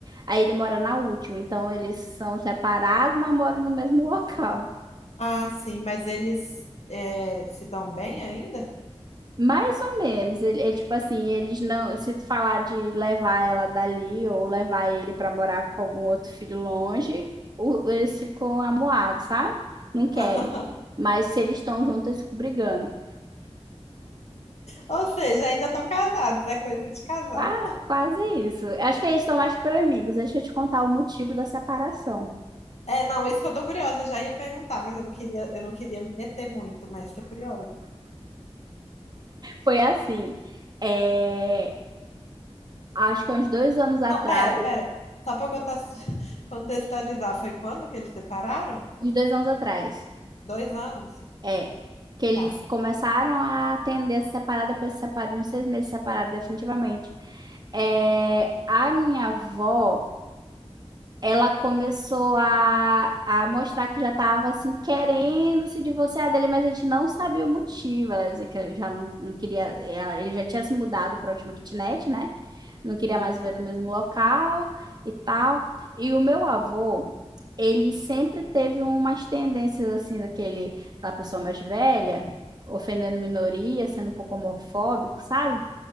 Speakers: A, on the right (about 40°); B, on the left (about 75°).
A: Aí ele mora na última, então eles são separados, mas moram no mesmo <laughs> local.
B: Ah, sim, mas eles é, se dão bem ainda?
A: Mais ou menos, ele é tipo assim, eles não, se tu falar de levar ela dali ou levar ele pra morar com algum outro filho longe, o- eles ficam amuados, sabe? Não querem.
B: <laughs>
A: Mas se eles estão juntos, eles ficam brigando.
B: Ou seja, ainda estão casados, é coisa de casal.
A: Qua- Quase isso. Acho que eles estão mais por amigos. Deixa eu te contar o motivo da separação.
B: É, não, isso que eu tô curiosa, já ia perguntar, mas eu não queria, eu não queria me meter muito, mas tô curiosa.
A: Foi assim, é, acho que há uns dois anos atrás,
B: Não, pera, pera. Só pra eu conta- <laughs> contextualizar, foi quando que eles separaram?
A: uns dois anos atrás.
B: Dois anos?
A: É, que eles
B: Tá.
A: começaram a atender a se separar, depois se separaram, uns seis meses separados definitivamente. É, a minha avó, ela começou a, a mostrar que já estava assim, querendo se divorciar dele, mas a gente não sabia o motivo. Ela dizia que já não, não queria, ela- ele já tinha se mudado para a última kitnet, né? Não queria
B: Eita.
A: mais viver no mesmo local e tal. E o meu avô ele sempre teve umas tendências assim daquele, aquela pessoa mais velha, ofendendo minoria, sendo um pouco homofóbico, sabe?